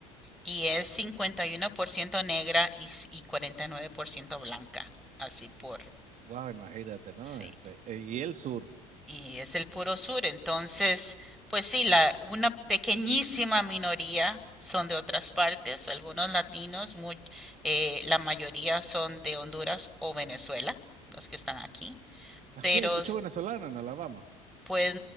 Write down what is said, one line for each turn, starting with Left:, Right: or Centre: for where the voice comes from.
Centre: y es 51% negra y, s- y 49% blanca. Así por,
Right: Wow, imagínate, ¿no?
Centre: sí.
Right: Este, eh, y el sur.
Centre: y es el puro sur. Entonces, pues sí, la, una pequeñísima minoría son de otras partes, algunos latinos, muy- eh, la mayoría son de Honduras o Venezuela, los que están aquí,
Right: Así
Centre: pero
Right: hay mucho
Centre: s-
Right: venezolano en Alabama.
Centre: pues